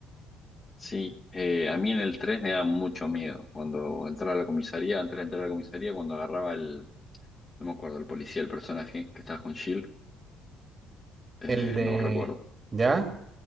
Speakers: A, on the left; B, on the right.
A: Sí, eh, a mí en el 3 me daba mucho miedo. Cuando entraba a la comisaría, antes de entrar a la comisaría, cuando agarraba el, no me acuerdo, el policía, el personaje que estaba con Shield, eh,
B: El de...
A: no recuerdo.
B: ¿Ya?